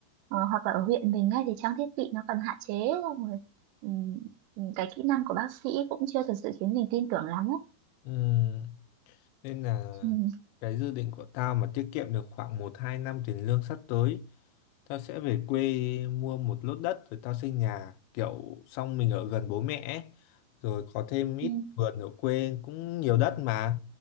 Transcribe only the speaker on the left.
Ừm, Nên là
cái dự định của tao mà tiết kiệm được khoảng một hai năm tiền lương sắp tới Tao sẽ về quê mua một lốt đất rồi tao xây nhà kiểu xong mình ở gần bố mẹ ấy. Rồi có thêm ít
vườn ở quê cũng nhiều đất mà